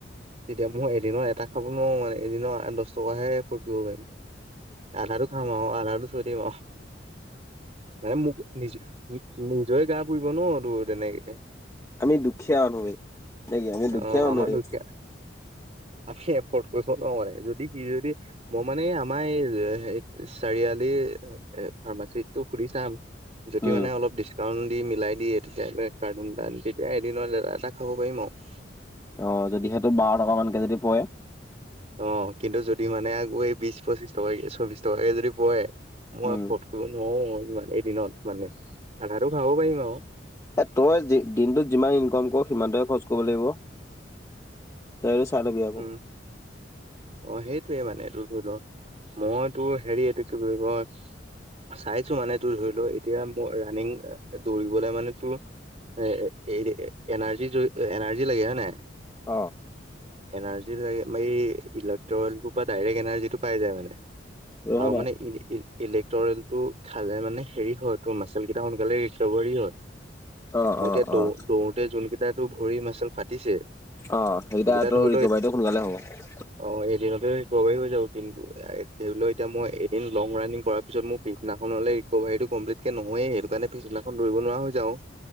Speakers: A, on the right; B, on the left.
A: তেতিয়া মই এদিনৰ এটা খাব নোৱাৰোঁ মানে, এদিনৰ আঠ দহ টকাহে এফৰ্ট কৰিব পাৰিম। আধাটো খাম আৰু, আধাটো থৈ দিম আৰু, মানে মোক নিজ নি-নিজৰে গা পুৰিব ন' তোৰ তেনেকে।
B: আমি দুখীয়া মানুহ হে, নেকি আমি দুখীয়া
A: অ
B: মানুহ
A: আমাৰ
B: ৰে।
A: দুখীয়া আমি এফৰ্ড কৰিব নোৱা <unintelligible> যদি সি যদি মই মানে আমাৰ এই হে, চাৰিআলিৰ ফাৰ্মাচিটোক সুধি চাম। যদি
B: উম,
A: মানে অলপ ডিছ কাউন দি মিলাই দিয়ে তেতিয়াহ'লে কাৰ্টুন এটা আনি। তেতিয়া এদিনত এটা এটা খাব পাৰিম আৰু।
B: অঁ যদি সেইটোত বাৰ টকামানকৈ যদি পৰে-
A: অ, কিন্তু যদি মানে আকৌ এই বিশ-পঁচিশ টকাকে চৌবিশ টকাকে যদি পৰে মই-
B: উম,
A: মই নোৱাৰো আৰু ইমান এদিনত মানে আধাটো খাব পাৰিম আৰু।
B: এ তই দিনটোত যিমান ইনকাম কৰ সিমানটোহে খৰচ কৰিব লাগিব। তাই আৰু চাই লাবি আকৌ।
A: উম অ, সেইটোৱে মানে তোৰ ধ মই তোৰ সেৰি এইটো কি বুলি কয়- চাইছো মানে তোৰ ধৰি লও এতিয়া মই ৰাণিং দৌৰিবলৈ মানে তোৰ- এ এই এনাৰ্জি এনাৰ্জি লাগে হয় নাই?
B: অ,
A: এনাৰ্জি লাগে সেই ইলেক্ট্ৰনৰ পৰা ডাইৰেক্ট এনাৰ্জিটো পাই যায় মানে।
B: নহয়
A: আৰু
B: বাৰু,
A: মানে এনে- ইলেক্ট্ৰৰেল টো খালে মানে হেৰি হয় ত মাচেল কেইটা সোনকালে ৰিকভাৰি হয়।
B: অ',
A: মই
B: অ',
A: এতিয়া দৌ
B: অ',
A: দৌতে যোন কেইটাতটো ভৰি মাচল ফাটিছে।
B: অ সেইটাতু
A: সেইকেইটা ধৰি
B: ৰিকভাৰীটো
A: লও
B: সোনকালে হ'ব।
A: অ এদিনতে ৰিকভাৰি হৈ যাব কিন্তু ধৰি লও এতিয়া মই এদিন লং ৰাণিং কৰাৰ পিছত মোক- পিছদিনাখনলে ৰিকভাৰীটো কমপ্লিট কে নহয়েই সেইটো কাৰণে পিছদিনাখন দৌৰিব নোৱাৰা হৈ যাওঁ।